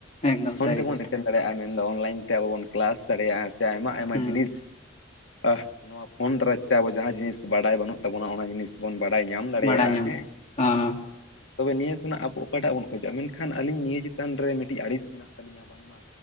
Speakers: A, on the left; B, on the left.
A: ᱮᱠᱫᱚᱢ
B: ᱯᱷᱳᱱ
A: ᱥᱟᱹᱨᱤ
B: ᱛᱮᱵᱚᱱ
A: ᱠᱟᱛᱷᱟ
B: ᱮᱴᱮᱱ ᱫᱟᱲᱮᱭᱟᱜᱼᱟ᱾ ᱢᱮᱱᱫᱚ ᱚᱱᱞᱟᱭᱤᱱ ᱛᱮ ᱟᱵᱚ ᱵᱚᱱ ᱠᱞᱟᱥ ᱫᱟᱲᱮᱭᱟᱜᱼᱟ ᱾ᱥᱮ ᱟᱭᱢᱟ - ᱟᱭᱢᱟ
A: ᱦᱩᱸ
B: ᱡᱤᱱᱤᱥ ᱟᱦ ᱱᱚᱣᱟ ᱯᱷᱳᱱ ᱫᱟᱨᱟᱭ ᱛᱮ ᱟᱵᱚ ᱡᱟᱦᱟᱸ ᱡᱤᱱᱤᱥ, ᱵᱟᱰᱟᱭ ᱵᱟᱹᱱᱩᱜ ᱛᱟᱵᱚᱱᱟ᱾ ᱚᱱᱟ ᱡᱤᱱᱤᱥ ᱵᱚᱱ ᱵᱟᱰᱟᱭ ᱧᱟᱢ ᱫᱟᱲᱮᱭᱟᱜᱼᱟ
A: ᱵᱟᱲᱟᱭ ᱧᱟᱢᱟ
B: ᱾ᱦᱮᱸ
A: ᱦᱮᱸ
B: ᱛᱚᱵᱮ ᱱᱤᱭᱟᱹ ᱠᱷᱚᱱᱟᱜ ᱟᱵᱚ ᱚᱠᱟᱴᱟᱜ ᱵᱚᱱ ᱠᱷᱚᱡᱚᱜᱼᱟ᱾ ᱢᱮᱱᱠᱷᱟᱱ ᱟᱹᱞᱤᱧ ᱱᱤᱭᱟᱹ ᱪᱮᱛᱟᱱ ᱨᱮ, ᱢᱤᱫᱴᱤᱡ ᱟᱹᱲᱤᱥ ᱢᱮᱱᱟᱜ ᱛᱟᱞᱤᱧᱟ ᱵᱟᱝᱢᱟ,